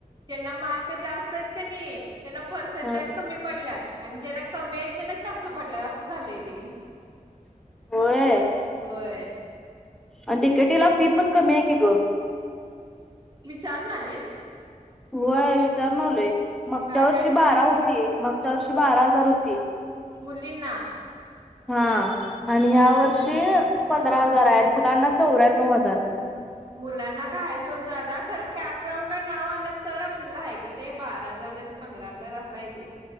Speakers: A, on the right; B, in the centre.
A: त्यांना मार्क जास्त हायत कणी. त्यांना पर्सेंटाजल
B: हा
A: कमी पडल्यात आणि जना कमी आहेत त्यांना जास्त पडल्या. झालंय ते.
B: होय
A: होय.
B: आणि डी के टी फी पण कमी आहे की ग
A: विचारून आलीस.
B: होय विचार न आलोय. मगच्या
A: काय
B: वर्षी
A: काय सांगितलीत
B: बारा होती मगच्या वर्षी बारा हजार होती.
A: मुलीं ना.
B: हा. आणि ह्या वर्षी पंधरा
A: हा
B: हजार आहे. ना चौऱ्यांनव चार
A: मुलांना काय सोड जादा खर कॅप राऊंड नाव आलं तर आपल्याला आहे ग ते बारा हजार नाही तर पंधरा हजार असा आहे ते.